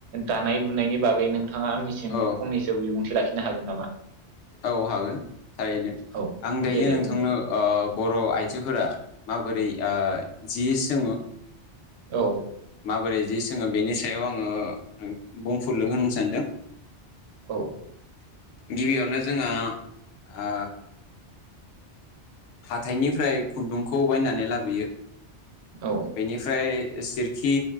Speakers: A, on the right; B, on the left.
A: दानाय लुनायनि बागै नोंथाङा आंनिसिम
B: औ
A: फंनैसो बिबुंथि लाखिनो हागोन नामा?
B: औ हागोन थारैनो।
A: औ
B: आं दायो
A: देलाय
B: नोंथांनो
A: बुंलाय
B: ओ बर' आइजोफोरा माबोरै दा जि सोङो
A: औ
B: माबोरै जि सोङो बेनि सायाव आङो बुंफुरलु होनो सानदों
A: औ
B: गिबियावनो जोंहा आ हाथाइनिफ्राय खुन्दुंखौ बायनानै लाबोयो
A: औ
B: बेनिफ्राय सोरखि